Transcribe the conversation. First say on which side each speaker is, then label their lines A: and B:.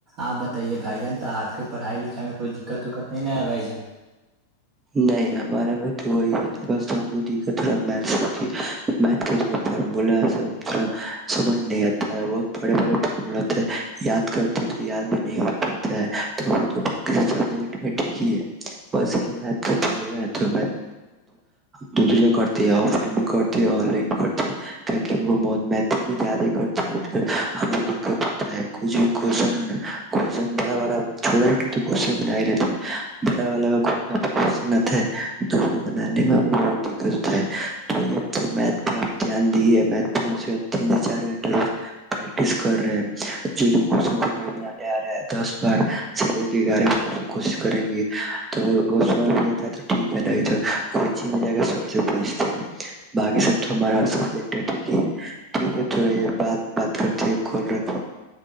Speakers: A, on the right; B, on the right.
A: آپ بتائیے بھائی جان تو آپ کے پڑھائی لکھائی میں کوئی دقت وککت نہیں ن ہے بھائی جان
B: نہیں ہمارے میں تو وہی ہے بس ہم ا تھا فارمو سب تھا سمجھ نہیں آتا ہے وہ بڑے بڑے فارمولات یاد کرتے تو یاد بھی نہیں ہو پاتا ہے تو بقی سبجیکٹ میں ٹھیک ہی ہے بسیھ پرابلم تو دوجا کرتے آف لائن بھی کرتے لائن کرتے تہ ہم کو مت زیادہ ہم کو دت کچھ بھی کوشچن کوشن بڑا بڑا چھوٹا چھٹا تو غصہ بن لیتے بڑا والا گ کون آتا ہے تو اس بنانے میں ہم کو ب دقت ہوتا ہے تو یہ تو میتھ پہ آپ دھیان دیے میتھ پہ کم سے کم تین سے چار گھنٹے ر پریکٹس کر رہے ہیں جو جون کو نہیں بنانے آ رہا ہے دس بار سے گیارہ ب کوشش کریں گے تو وہ س بھی جتا ہے تو ٹھیک ہے نہیں کوچگ میں جا کے سر سے پوچھتے ہیں باقی سب تو ہمارا سبیکٹ ہے ٹھیک ہے ٹھیک ہے تو بات بات کرتے کال رک